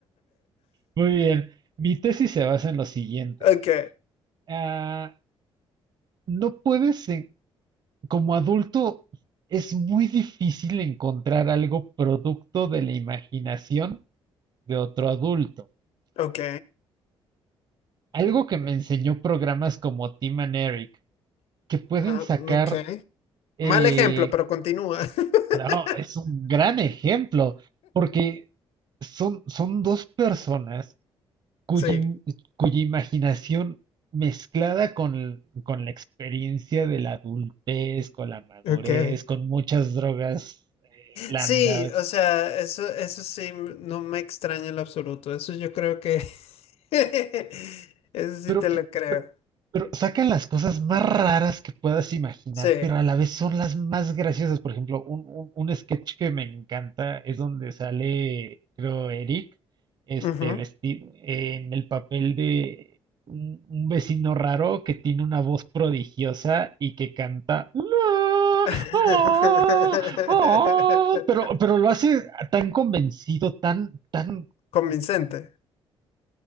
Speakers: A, on the right; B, on the left.
A: muy bien, mi tesis se basa en lo siguiente.
B: Ok,
A: Ah, no puedes, en- como adulto, es muy difícil encontrar algo producto de la imaginación de otro adulto.
B: ok,
A: Algo que me enseñó programas como Tim and Eric, que pueden
B: ah,
A: sacar
B: ok.
A: eh,
B: Mal ejemplo, pero continúa. <laughs>
A: No, es un gran ejemplo, porque son, son dos personas cuya,
B: Sí,
A: im- cuya imaginación mezclada con, con la experiencia de la adultez, con la madurez,
B: ok.
A: con muchas drogas eh, blandas,
B: Sí, o sea, eso, eso sí, m- no me extraña en lo absoluto. Eso yo creo que... <laughs> Eso sí
A: Pero,
B: te lo creo.
A: pero, pero sacan las cosas más raras que puedas imaginar,
B: Sí.
A: pero a la vez son las más graciosas. Por ejemplo, un, un- un sketch que me encanta es donde sale, creo, Eric, este,
B: Ujú.
A: vestido en el papel de un, un vecino raro que tiene una voz prodigiosa y que canta. "Ah,
B: <laughs>
A: ah, ah", pero, pero lo hace tan convencido, tan, tan
B: Convincente.